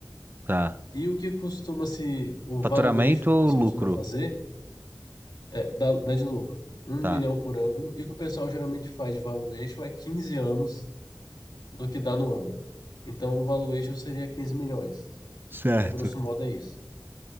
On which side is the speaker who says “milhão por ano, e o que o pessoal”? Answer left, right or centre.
Left